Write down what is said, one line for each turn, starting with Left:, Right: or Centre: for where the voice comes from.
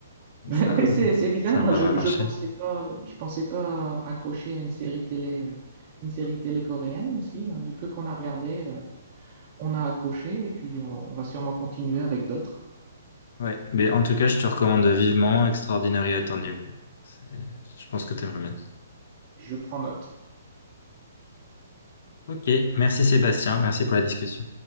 Left: Donc
Right: Bah,
Left: ça,
Right: ouais, c'est c'est bizarre.
Left: ça
Right: Moi,
Left: a pas
Right: je,
Left: mal marché.
Right: je pensais pas, je pensais pas accrocher à une série télé, euh, une série télé coréenne, mais si, hein, du peu qu'on a regardé, euh, on a accroché et puis on, on va sûrement continuer avec d'autres.
Left: Ouais, mais en tout cas, je te recommande vivement Extraordinary Attorney Woo. C'est- Je pense que t'aimerais bien.
Right: Je prends note.
Left: Ok, merci Sébastien, merci pour la discussion.